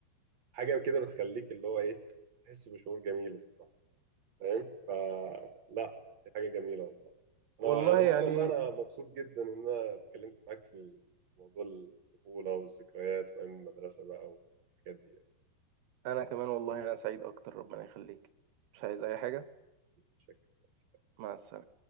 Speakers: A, on the right; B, on the right.
A: حاجه كده بتخليك اللي هو ايه تحس بشعور جميل الصراحه فاهم فلا دي حاجه جميله والله انا
B: والله
A: على العموم
B: يعني
A: والله انا مبسوط جدا ان انا اتكلمت معاك في موضوع الطفوله والذكريات وايام المدرسه بقى والحاجات دي
B: انا كمان والله انا سعيد اكتر ربنا يخليك مش عايز اي حاجة
A: بشكل
B: مع السلامة